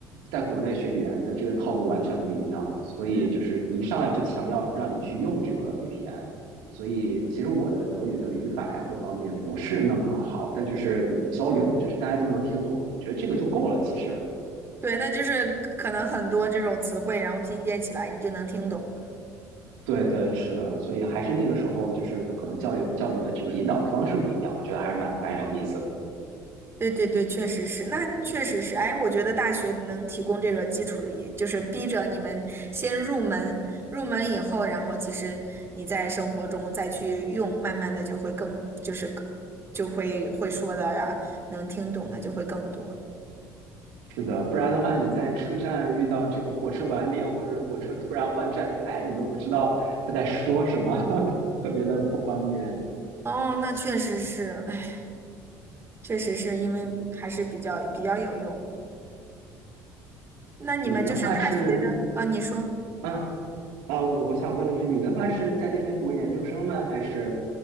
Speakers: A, on the right; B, on the right.
A: 在国内学语言的这个套路完全不一样。所以就是你一上来就强调让你去用这个语言，
B: 嗯，
A: 所以其实我的德语的语法呀各方面不是那么好，但就是你交流，就是大家都能听懂，我觉得这个就够了，其实。
B: 对，那就是可能很多这种词汇，然后拼接起来你就能听懂。
A: 对对，是的，所以还是那个时候，就是可能教育教育的这个引导方式不一样，我觉得还是蛮蛮有意思的。
B: 对对对，确实是，那确实是。哎，我觉得大学能提供这个基础的也，就是逼着你们先入门，入门以后，然后其实你在生活中再去用，慢慢的就会更，就是更就会会说的呀，能听懂的就会更多了。
A: 是的，不然的话，你在车站遇到这个火车晚点，或者是火车突然换站台，你都不知道他在说什么，<laughs> 特别的不方便。
B: 哦，那确实是，哎，确实是因为还是比较比较有用。
A: 嗯
B: 那你们就是大学的，
A: 你的话是，
B: 啊，你说。
A: 啊啊，我想问的是，你的话是在那边读研究生吗？还是